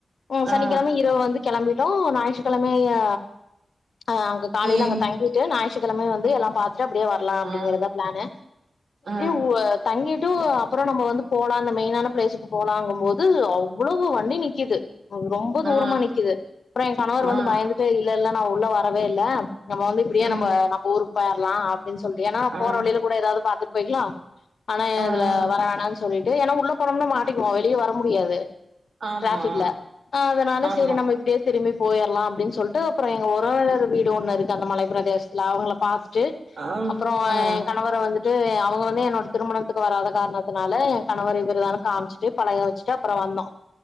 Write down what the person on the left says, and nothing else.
உம் சனிக்கிழம
இரவு வந்து கிளம்பி ட்டோ ஞாயிற்றுக்கிழமையா ஆஹ் அங்க காலைல
அங்க தங்கிட்டு ஞாயிற் றுக்கிழம வந்து எல்லா பாத் து அப்டியே வரலா அப்டிங்கறதா
பிளானு
புவர் தங்கிட்டு அப்புற நம்ம வந்து போலா அந்த மெயினான பிளேஸுக்கு போலாங்கும்போது அவ்ளோவு வண்டி நிக்குது ரொம்ப தூரமா
நிக்குது அப்புற எ கணவர் வந்து
பயந்துட்டு இல்ல இல்ல நா உள்ள வரவே இல்ல நம்ம வந்து இப்டியே
நம்ப நம்ம ஊர் போயிற்லா அப்டின் சொல்ட்டு ஏன்னா
போற வலில கூட ஏதாவது பாத்துட் போய்க்லா ஆனா இதுல
வர வேனான்னு சொல்லீடு டே ஏன்னா உள்ள போனும்னா மாட்டிக்குவோ வெளியே வர முடியாது
ட்ராபிக்ல ஆஹ் அதனால
செரி நம்ம இப்டியே திரும்பி போயிற்லா அப்டின் சொல்ட்டு அப்புற எங்க உறவினர் வீடு ஒண்ணு இருக்கு அந்த மலை பிரதேசத்துல அவுங்கள பாத் ட்டு
அப்புற
எ கணவரை வந்துட்டு அவுங்க வந்து என்னோட திருமணத்துக்கு வராத காரணத்தினால என் கணவர் இவர்தா காம்ச்சிட்டு பலக வச்சிட்டு அப்புற வந்தோ